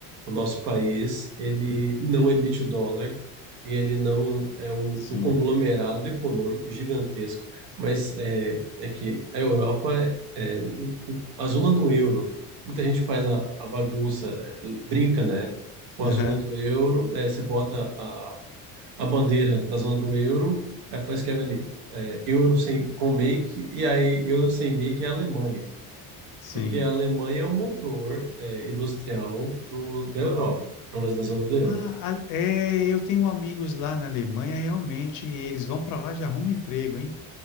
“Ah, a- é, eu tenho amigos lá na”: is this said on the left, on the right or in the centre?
Left